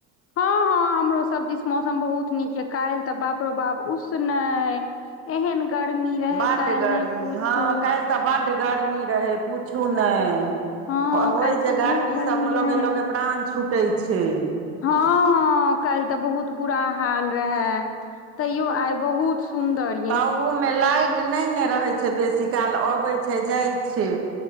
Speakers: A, on the left; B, on the right.
A: हँ, हँ। ह हमरो सब दिस मौसम बहुत नीक ये, काल्हि तऽ बाप रो बाप उसनै। एहन गर्मी रहे
B: बड्ड
A: काइल
B: गर्मी
A: नहि पूछू
B: हँ काल्हि तऽ बड्ड गर्मी रहै पूछू नहि।
A: हँ
B: होय
A: काल्हि
B: जे
A: तऽ बहुत
B: गर्मी सभमे
A: रहै
B: लगे -लगे प्राण छूटैत छै।
A: हँ, अ कइल तऽ बहुत बुरा हाल रहे। तैयो आई बहुत सुंदर य।
B: ताहूमे लाइट नहि ने रहैत छै बेसी काल, अबैत छै जाइ छै।